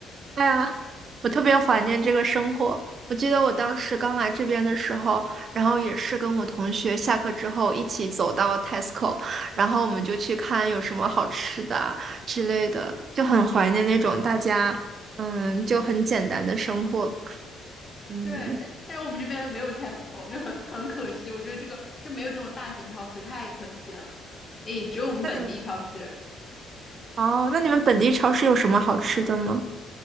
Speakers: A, on the right; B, on the left.
A: 哎呀，我特别怀念这个生活。我记得我当时刚来这边的时候，然后也是跟我同学下课之后一起走到 Tesco，然后我们就去看有什么好吃的啊之类的，就很怀念那种大家嗯就很简单的生活吧嗯，
B: 对，但但是我们这边没有 Tesco，就很很可惜。我觉得这个就没有这种大型超市，太可惜了。诶，只有我们本地超市
A: 那你们哦，那你们本地超市有什么好吃的吗？